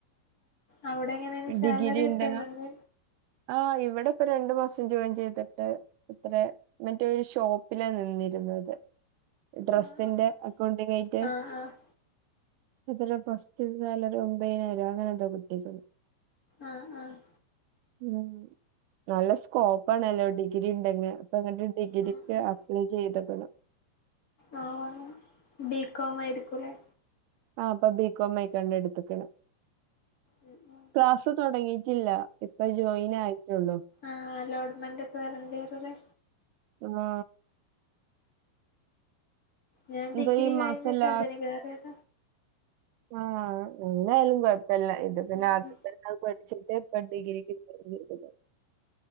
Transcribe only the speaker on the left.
അവിടെങ്ങനെണ് സാലറി
കിട്ടല്ണ്ട്.
ആഹ്
ആഹ്
ആഹ് ആഹ്
ആഹ്
ആഹ് ബികോം ആയിരിക്കൂല്ലേ.
ഉം ഉം
ആ് അലോട്ട്മെന്റ് ഒക്കെ വരേണ്ടിരുല്ലേ.
ഞാൻ
ഡിഗ്രി
കഴിഞ്ഞിട്ട്
അതിന് കേറിയത്
ഉം
ഉം